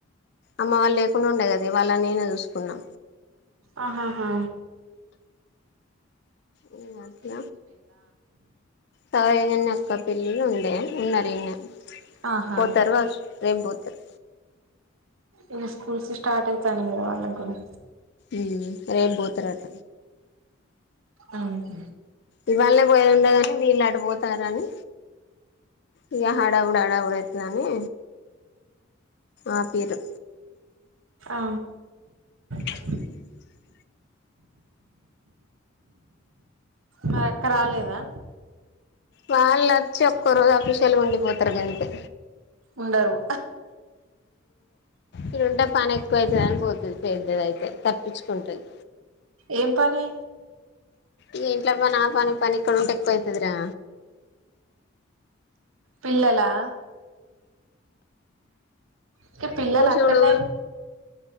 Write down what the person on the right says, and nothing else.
ఆహా హా
ఆహా
ఇంగా స్కూల్స్ స్టార్ట్ అయితానయ్ కదా వాళ్ళకి కూడా
అహం
ఆ అ
మరి అక్క రాలేదా
ఉండారు
ఏం పని
పిల్లలా ఇక పిల్లలు
అక్కడనే